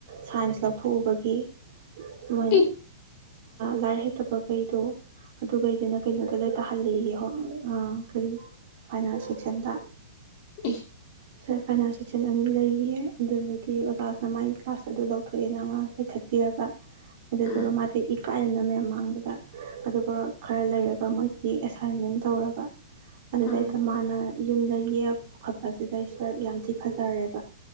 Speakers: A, on the right; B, on the left.
A: ꯁꯥꯏꯟꯁ ꯂ ꯊꯣꯛꯕꯒꯤ ꯃꯣꯏ
B: ꯏ
A: ꯂꯥꯏꯔꯤꯛ ꯍꯩꯇꯕꯈꯩꯗꯣ ꯑꯗꯨꯈꯩꯗꯨꯅ ꯀꯩꯅꯣꯗ ꯂꯣꯏ ꯇꯥꯍꯜꯂꯤꯌꯦ ꯀꯔꯤ ꯐꯥꯏꯅꯥꯟꯁ ꯁꯦꯛꯁꯟꯗ
B: ꯑꯦ
A: ꯁꯦ ꯐꯥꯏꯅꯥꯟꯁ ꯁꯦꯛꯁꯟ ꯑꯅꯤ ꯂꯩꯌꯦ ꯑꯗꯨꯗꯒꯤ ꯑꯣꯖꯥꯁꯤꯅ ꯃꯒꯤ ꯀ꯭ꯂꯥꯁ ꯑꯗꯨ ꯂꯧꯊꯣꯛꯑꯦ ꯑꯩꯈꯣꯏ ꯑꯅ ꯑꯉꯥꯡ ꯄꯥꯏꯈꯠꯄꯤꯔꯕ ꯑꯗ ꯑꯗꯨꯒꯒ
B: ꯎꯝ
A: ꯃꯥ ꯏ ꯀꯥꯍꯦꯟꯅ ꯃꯌꯥꯝ ꯃꯥꯡꯗꯨꯗ ꯑꯗꯨꯒ ꯈꯔ ꯂꯩꯔꯒ ꯃꯣꯏꯒꯤ ꯑꯦꯁꯥꯏꯟꯃꯦꯟ ꯇꯧꯔꯕ ꯑꯗꯨꯗ
B: ꯎꯝ
A: ꯂꯩꯀ ꯃꯥ ꯌꯨꯝꯗ ꯌꯦꯛꯑꯒ ꯄꯨꯈꯠꯄꯁꯤꯗꯩꯁꯤꯗ ꯌꯥꯝ ꯊꯤ ꯐꯖꯔꯦꯕ